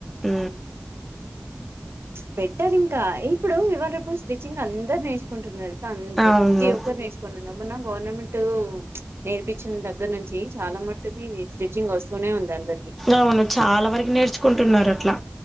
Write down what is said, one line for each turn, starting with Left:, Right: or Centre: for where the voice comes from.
Centre: అ
Right: బెటర్ ఇంకా ఇప్పుడు ఇవాళప్పు స్టిచ్చింగ్ అందరు నేర్చుకుంటున్నారు ప్రతి
Centre: అవును
Right: ఒక్కరు నేర్చుకుని మొన్న గవర్నమెంట్ నేర్పించిన దగ్గర నుంచి చాలా మట్టుకి స్టిచ్చింగ్ వస్తూనే ఉంది అంద
Centre: అవును చాలా వరకు నేర్చుకుంటున్నారు అట్లా